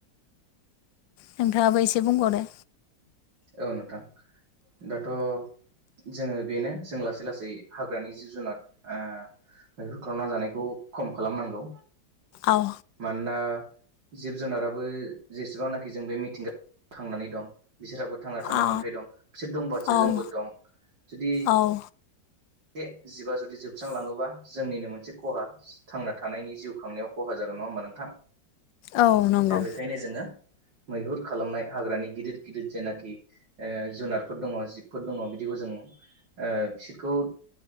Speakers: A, on the left; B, on the right.
A: नोंथाङाबो एसे बुंबावदो
B: औ नोंथां दाथ' जोङो बेनो जों लासै लासै हाग्रानि जिब जुनार ओ मैहुर खालामना जानायखौ खम खालामनांगौ
A: आव
B: मानोना जिब जुनाराबो जेसेबांनाखि जों बे मिथिंगा थांनानै दं बिसोराबो थांना थानो
A: आ
B: मोन्थाय दं बिसोर दंबासो
A: आव
B: जोंबो दं जुदि
A: आव
B: बे जिबा जुदि जोबस्रांलाङोबा जोंनिनो मोनसे खहा थांना थानायनि जिउ खांनायाव खहा जागोन नङा होमबा नोंथां
A: औ नंगौ
B: दा बेखायनो जोङो मैहुर खालामनाय हाग्रानि गिदिर गिदिर जेनाखि ओ जुनारफोर दङ जिबफोर दङ बिदिखौ जों ओ बिसोरखौ